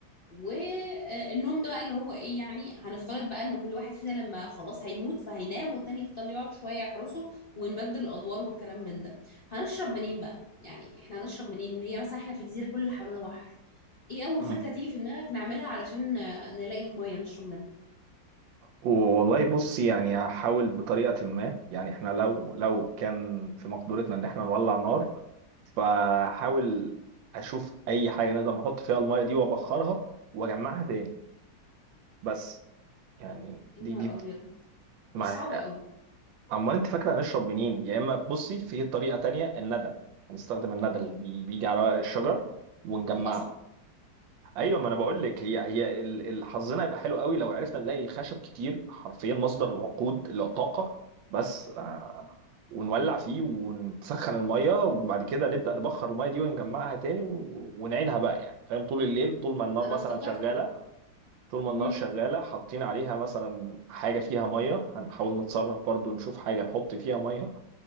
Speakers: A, on the left (about 60°); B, on the right (about 85°).
A: والنوم ده بقى اللي هو ايه يعني هنفترض بقى ان كل واحد فينا لما خلاص هيموت فهينام والتاني يفضل يقعد شوية يحرسه ونبدل الادوار والكلام من ده هنشرب منين بقى يعني احنا هنشرب منين وهي مثلا احنا في جزيرة كل اللي حوالينا بحر ايه اول
B: مم.
A: فكرة تيجي في دماغك نعملها علشان نلاقي مية نشرب منها
B: والله بص يعني هحاول بطريقة ما يعني احنا لو لو كان في مقدورتنا ان احنا نولع نار فحاول اشوف اي حاجة نقدر نحط فيها المية دي وابخرها واجمعها تاني بس يعني
A: يا
B: دي
A: نهار
B: دي
A: ابيض
B: ما
A: دي صعبة قوي
B: امال انت فاكرة هنشرب منين يا اما بصي في طريقة تانية الندى هنستخدم الندى اللي بي- بيجي على ورق الشجر ونجمعه
A: دي اصعب
B: ايوه ما انا بقول لك هي هي ال- ال- حظنا هيبقى حلو قوي لو عرفنا نلاقي خشب كتير حرفيا مصدر الوقود اللي هو طاقه بس آه، ونولع فيه ونسخن الميه وبعد كده نبدا نبخر الميه دي ونجمعها تاني و- ونعينها بقى يعني فاهم طول الليل طول ما النار
A: انا
B: مثلا
A: افتكرت
B: شغاله طول ما
A: مهم.
B: النار شغاله حاطين عليها مثلا حاجه فيها ميه هنحاول نتصرف برضو نشوف حاجه نحط فيها ميه